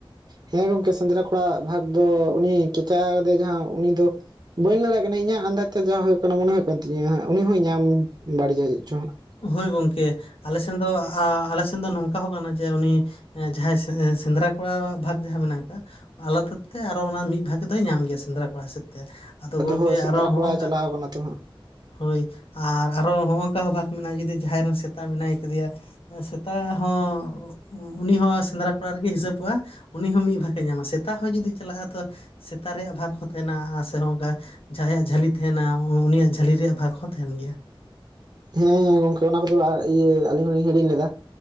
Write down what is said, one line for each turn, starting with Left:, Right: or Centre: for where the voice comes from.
Right: ᱦᱮᱸ ᱜᱚᱝᱠᱮ ᱥᱮᱸᱫᱽᱨᱟ ᱠᱚᱲᱟᱣᱟᱜ ᱵᱷᱟᱠ ᱫᱚ ᱩᱱᱤ ᱠᱮᱪᱟ ᱠᱟᱫᱮᱭᱟᱭ ᱡᱟᱦᱟᱸᱭ ᱩᱱᱤ ᱫᱚ ᱵᱟᱹᱧ ᱞᱟᱹᱭ ᱫᱟᱲᱮᱜ ᱠᱟᱱᱟ ᱤᱧᱟᱹᱜ ᱟᱸᱱᱰᱟᱪ ᱛᱮ ᱡᱟ ᱦᱳᱭᱳᱜ ᱠᱟᱱᱟ ᱢᱚᱱᱮ ᱦᱳᱭᱳᱜ ᱠᱟᱱ ᱛᱤᱧᱟᱹ ᱩᱱᱤ ᱦᱚᱸᱭ ᱧᱟᱢ ᱵᱟᱹᱲᱤᱡᱟ ᱪᱮᱫ ᱪᱚ ᱦᱟᱸᱜ
Left: ᱦᱳᱭ ᱜᱚᱝᱠᱮ ᱟᱞᱮ ᱥᱮᱱ ᱫᱚ ᱟ ᱟᱞᱮ ᱥᱮᱱ ᱫᱚ ᱱᱚᱝᱠᱟ ᱦᱚᱸ ᱠᱟᱱᱟ ᱡᱮ ᱩᱱᱤ ᱡᱟᱦᱟᱸᱭ ᱥᱮ- ᱥᱮᱸᱫᱽᱨᱟ ᱠᱚᱲᱟᱣᱟᱜ ᱵᱷᱟᱠ ᱡᱟᱦᱟᱸ ᱢᱮᱱᱟᱜ ᱠᱟᱜ-ᱟ ᱟᱞᱟᱫᱟ ᱛᱮ ᱟᱨᱚ ᱚᱱᱟ ᱢᱤᱫ ᱵᱷᱟᱠ ᱫᱚᱭ ᱧᱟᱢ ᱜᱮᱭᱟ ᱥᱮᱸᱫᱽᱨᱟ ᱠᱚᱲᱟ ᱦᱤᱥᱟᱹᱵ ᱛᱮ ᱟᱫᱚ ᱜᱚᱝᱠᱮ
Right: ᱦᱳᱭ ᱥᱮᱸᱫᱽᱨᱟ
Left: ᱟᱨᱚ ᱦᱚᱸᱜᱚᱝᱠᱟ
Right: ᱠᱚᱲᱟᱭ ᱪᱟᱞᱟᱣ ᱠᱟᱱᱟ ᱛᱚ ᱦᱟᱸᱜ
Left: ᱦᱳᱭ ᱟᱨ ᱟᱨᱚ ᱦᱚᱸᱜᱚᱝᱠᱟ ᱦᱚᱸ ᱵᱷᱟᱠ ᱢᱮᱱᱟᱜᱼᱟ ᱡᱩᱫᱤ ᱡᱟᱦᱟᱸᱭ ᱨᱮᱱ ᱥᱮᱛᱟ ᱢᱮᱱᱟᱭ ᱠᱟᱫᱮᱭᱟ ᱥᱮᱛᱟ ᱦᱚᱸᱻ ᱩᱱᱤ ᱦᱚᱸ ᱥᱮᱸᱫᱽᱨᱟ ᱠᱚᱲᱟ ᱨᱮᱜᱮᱭ ᱦᱤᱥᱟᱹᱵᱚᱜᱼᱟ ᱩᱱᱤ ᱦᱚᱸ ᱢᱤᱫ ᱵᱷᱟᱠᱮ ᱧᱟᱢᱟ ᱥᱮᱛᱟ ᱦᱚᱸ ᱡᱩᱫᱤ ᱪᱟᱞᱟᱜᱼᱟ ᱛᱚ ᱥᱮᱛᱟ ᱨᱮᱭᱟᱜ ᱵᱷᱟᱠ ᱦᱚᱸ ᱛᱟᱦᱮᱱᱟ ᱥᱮ ᱦᱚᱸᱜᱚᱝᱠᱟ ᱡᱟᱦᱟᱸᱭᱟᱜ ᱡᱷᱟᱹᱞᱤ ᱛᱟᱦᱮᱱᱟ ᱩᱱᱤᱭᱟᱜ ᱡᱷᱟᱹᱞᱤ ᱨᱮᱭᱟᱜ ᱵᱷᱟᱠ ᱦᱚᱸ ᱛᱟᱦᱮᱱ ᱜᱮᱭᱟ
Right: ᱦᱮᱸ ᱦᱮᱸ ᱜᱚᱝᱠᱮ ᱚᱱᱟ ᱠᱚ ᱫᱚ ᱤᱭᱟᱹ ᱟᱹᱞᱤᱧ ᱦᱚᱞᱤᱧ ᱦᱤᱲᱤᱧ ᱞᱮᱫᱟ